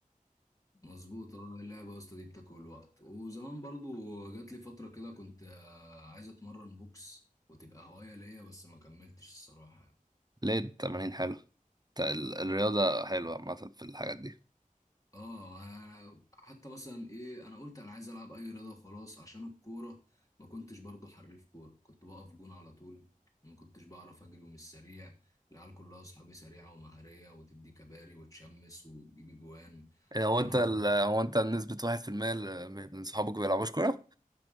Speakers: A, on the left (about 25°); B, on the right (about 30°).
A: مظبوط اه اللعبة يا اسطى دي بتاكل وقت وزمان برضو جات لي فترة كده كنت آه، عايز أتمرن بوكس وتبقى هواية ليا بس ما كملتش الصراحة
B: ليه التمارين حلو الرياضه حلوه عامه في الحاجات دي
A: اه آه، حتى مثلا ايه انا قلت انا عايز العب اي رياضه وخلاص عشان الكوره ما كنتش برضو حريف كوره كنت بقف جون على طول ما كنتش بعرف اجري ومش سريع العيال كلها اصحابي سريعه ومهاريه وتدي كباري وتشمس وتجيب جوان
B: إيه، هو
A: وانا
B: انت ال...
A: مم. بقى-
B: هو انت نسبة واحد في المية ال- من صحابك بيلعبوش كورة؟